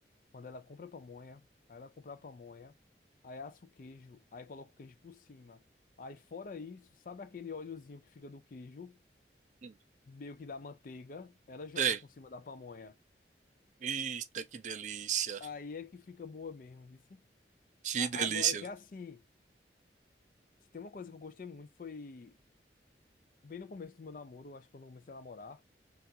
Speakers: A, on the left; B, on the right.
A: Quando ela compra pamonha, aí ela compra a pamonha, aí assa o queijo, aí coloca o queijo por cima. Aí fora isso, sabe aquele óleozinho que fica do queijo,
B: Hum.
A: meio que da manteiga, ela joga
B: Sei.
A: por cima da pamonha.
B: Eita, que delícia.
A: Aí é que fica boa mesmo, viu?
B: Que
A: Agora
B: delícia.
A: que é assim, se tem uma coisa que eu gostei muito foi bem no começo do meu namoro, acho que quando eu comecei a namorar.